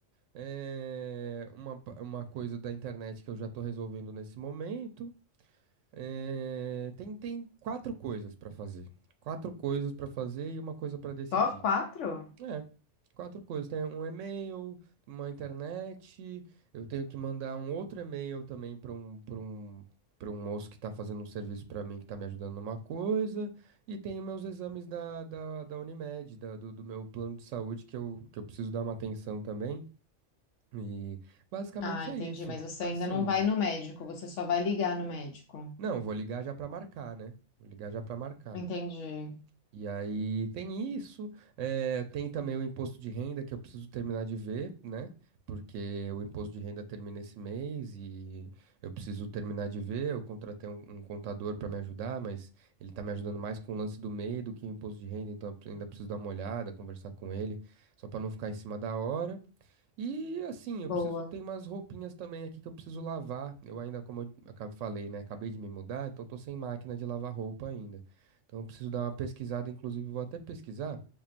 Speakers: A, on the right; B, on the left.
A: É uma, pa- uma coisa da internet que eu já estou resolvendo nesse momento. É, tem, tem quatro coisas para fazer. Quatro coisas para fazer e uma coisa para decidir.
B: Só quatro?
A: É, quatro coisas. Tem um e-mail, uma internet. Eu tenho que mandar um outro e-mail também para um, para um, para um moço que está fazendo um serviço para mim, que está me ajudando numa coisa. E tem os meus exames da, da, da Unimed, da- do, do meu plano de saúde, que eu, que eu preciso dar uma atenção também. E basicamente
B: Ah, entendi,
A: é isso.
B: mas você
A: Assim,
B: ainda não vai no médico, você só vai ligar no médico.
A: não, vou ligar já pra marcar, né? Vou ligar já pra marcar.
B: Entendi.
A: E aí tem isso, eh, tem também o imposto de renda que eu preciso terminar de ver, né? Porque o imposto de renda termina esse mês e eu preciso terminar de ver. Eu contratei um, um contador para me ajudar, mas ele tá me ajudando mais com o lance do MEI do que o imposto de renda, então eu ainda preciso dar uma olhada, conversar com ele, só para não ficar em cima da hora. E assim,
B: Boa.
A: eu preciso ter umas roupinhas também aqui que eu preciso lavar. Eu ainda, como eu acabei- falei, né? Acabei de me mudar, então tô sem máquina de lavar roupa ainda. Então eu preciso dar uma pesquisada, inclusive vou até pesquisar.